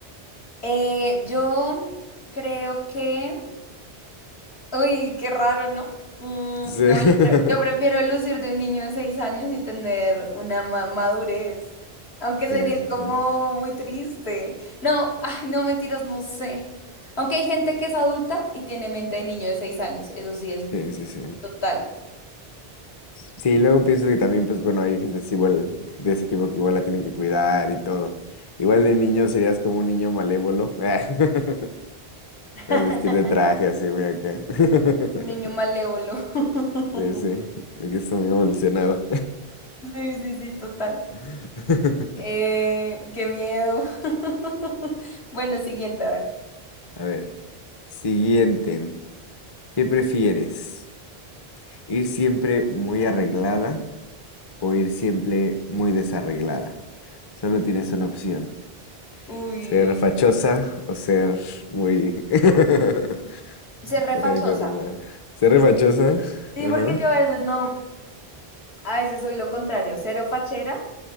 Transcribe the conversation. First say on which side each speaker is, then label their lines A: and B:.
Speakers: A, on the left (about 80°); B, on the left (about 30°).
A: Eh, yo creo que Uy, qué raro, ¿no? Mm,
B: Sí.
A: no,
B: <laughs>
A: yo, pre- yo prefiero lucir de un niño de seis años y tener una ma- madurez. Aunque sería
B: Sí, sí,
A: como
B: sí.
A: muy triste. No, ay, no, mentiras, no sé. Aunque hay gente que es adulta y tiene mente de niño de seis años. Eso sí es
B: Sí, sí, sí.
A: total.
B: Sí, luego pienso que también, pues bueno, hay gente así igual, de ese tipo que igual la tienen que cuidar y todo. Igual de niño serías como un niño malévolo. <laughs>
A: <laughs>
B: Las vestir de traje así, muy acá. <laughs>
A: Un niño malévolo. <laughs>
B: Sí, sí, de que está muy evolucionado.
A: Sí, sí, sí, total.
B: <laughs>
A: Eh, qué miedo. <laughs> Bueno, siguiente, a ver.
B: A ver, siguiente. ¿Qué prefieres? ¿Ir siempre muy arreglada o ir siempre muy desarreglada? Solo
A: Ujú.
B: tienes una opción.
A: Uy,
B: Ser fachosa o ser muy... <laughs>
A: ser refachosa.
B: muy a que arreglar. Ser re fachosa.
A: Sí,
B: Ajá.
A: porque yo a veces no, a veces soy lo contrario, cero fachera